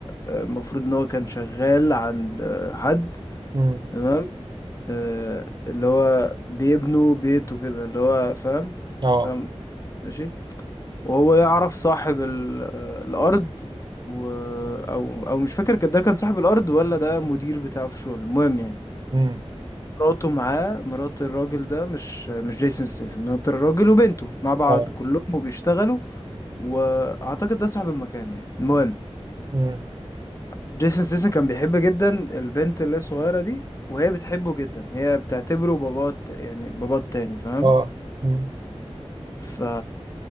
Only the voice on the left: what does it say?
آه، المفروض ان هو كان شغال عند آه، حد
تمام آه، اللي هو بيبنوا بيته كده اللي هو فاهم
فاهم ماشي وهو يعرف صاحب ال... الارض و... او او مش فاكر كان- ده كان صاحب الارض ولا ده مدير بتاعه في الشغل المهم يعني
مراته معاه مرات الراجل ده مش مش جيسون ستيسن مرات الراجل وبنته مع بعض
كلهم وبيشتغلوا واعتقد ده صاحب المكان يعني المهم
جيسون ستيسن كان بيحب جدا البنت اللي هي الصغيره دي وهي بتحبه جدا هي بتعتبره باباه الت- يعني باباه التاني فاهم
ف